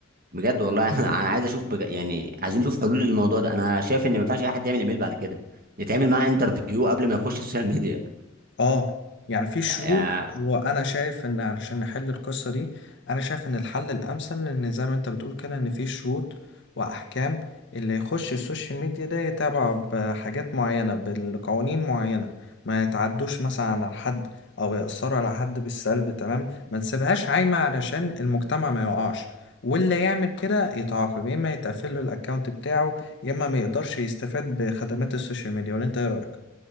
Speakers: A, on the right; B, on the left.
A: بجد والله <laughs> انا انا عايز اشوف بج... يعني عايزين نشوف حلول للموضوع ده انا شايف ان ما ينفعش اي حد يعمل ايميل بعد كده يتعمل معاه انترفيو قبل ما يخش السوشيال ميديا
B: اه يعني في شروط
A: فاهم
B: وانا شايف ان علشان نحل القصة دي انا شايف ان الحل الامثل ان زي ما انت بتقول كده ان في شروط واحكام اللي يخش السوشيال ميديا ده يتابع بحاجات معينة بالقوانين معينة ما يتعدوش مثلا على حد او يأثروا على حد بالسلب تمام ما نسيبهاش عايمة علشان المجتمع ما يقعش واللي يعمل كده يتعاقب يا اما يتقفل له الاكونت بتاعه يا اما ما يقدرش يستفاد بخدمات السوشيال ميديا ولا انت ايه رأيك